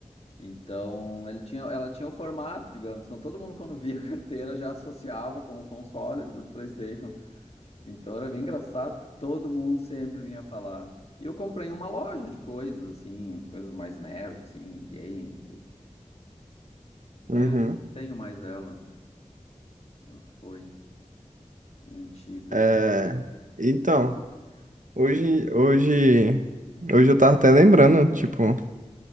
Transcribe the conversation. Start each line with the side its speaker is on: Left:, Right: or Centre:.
Left: Então, ele tinha, ela tinha o formato, digamos. Então, todo mundo quando via a carteira já associava com o console do PlayStation. Então era bem engraçado, porque todo mundo sempre vinha falar. E eu comprei uma loja de coisas, assim, as coisas mais nerd, assim, games. e-
Right: Uhum.
Left: É, não tenho mais ela. né? Já foi, minha antiga.
Right: É, Então, hoje, hoje, hoje eu tava até lembrando, tipo,